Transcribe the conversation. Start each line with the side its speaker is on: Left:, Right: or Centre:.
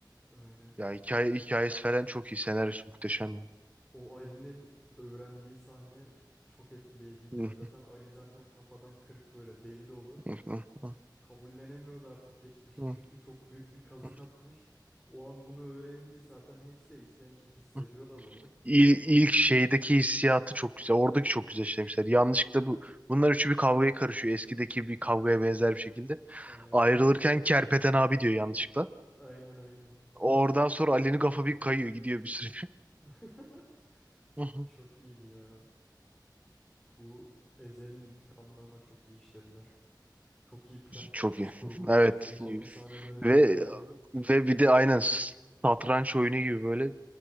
Centre: Aynen.
Right: Ya hikaye hikayesi falan çok iyi. Senaryosu muhteşem. ya.
Centre: O Ali'nin öğrendiği sahne çok etkileyiciydi
Right: Hı,
Centre: ya. Zaten Ali zaten kafadan kırık böyle deli dolu.
Right: hı, hı, hı,
Centre: kabullenemiyordu artık geçmişte
Right: hı,
Centre: çünkü çok büyük bir kazık
Right: hı,
Centre: atmış. O an bunu öğrenince zaten hepsi de içten içe hissediyor
Right: hı.
Centre: da bunu.
Right: İl, ilk şeydeki hissiyatı çok güzel. Oradaki çok güzel işlemişler. Yanlışlıkla bu bunlar üçü bir kavgaya karışıyor. Eskideki bir kavgaya benzer bir şekilde.
Centre: Aynen.
Right: Ayrılırken Kerpeten abi diyor yanlışlıkla.
Centre: Aynen aynen.
Right: Oradan sonra Ali'nin kafa bir kayıyor. Gidiyor bir süre.
Centre: <laughs>
Right: <laughs>
Centre: Çok iyiydi ya. Bu Ezel'in intikamını ama çok iyi işlediler. Çok iyi planlanmış,
Right: Çok iyi.
Centre: kurgulanmış.
Right: Evet.
Centre: O hapishane döneminde
Right: Ve
Centre: hani
Right: ve
Centre: nefreti
Right: bir de aynen
Centre: işlemiş.
Right: satranç oyunu gibi böyle